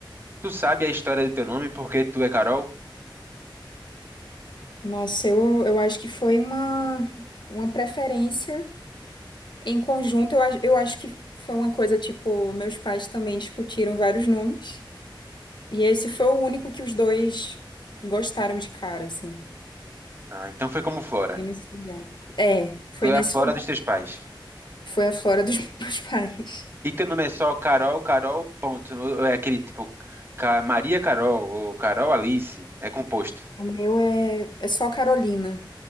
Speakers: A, on the right (about 30°); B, on the left (about 65°).
A: Tu sabe a história do teu nome porque tu é Carol?
B: Nossa, eu, eu acho que foi uma, uma preferência em conjunto. Eu, acho- eu acho que foi uma coisa, tipo, meus pais também discutiram vários nomes. E esse foi o único que os dois gostaram de cara, assim.
A: Ah, então foi como Flora.
B: Foi nesse lugar. É, foi
A: Tu é
B: nesse
A: a Flora
B: lugar.
A: dos teus pais.
B: Foi a Flora dos <laughs> meus pais.
A: E teu nome é só Carol, Carol, ponto. Ou É aquele tipo, Ca- Maria Carol, ou Carol Alice. É composto.
B: O meu é, é só Carolina,